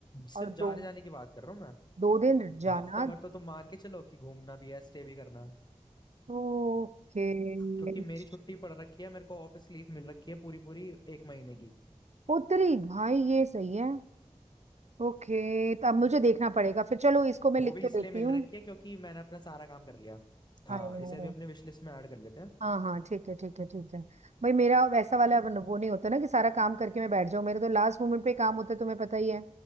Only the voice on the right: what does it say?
और
दो
दो दिन जाना
ओके
<laughs>
उत्तरी भाई ये सही है ओके तो अब मुझे देखना पड़ेगा फिर चलो इसको मैं
लिख
तो
लेती
हूँ
I know
हाँ हाँ ठीक है ठीक है ठीक है भाई मेरा वैसा वाला वो वो नहीं होता ना कि सारा काम करके मैं बैठ जाऊं मेरे तो लास्ट मोमेंट पे काम होता है तुम्हें पता ही है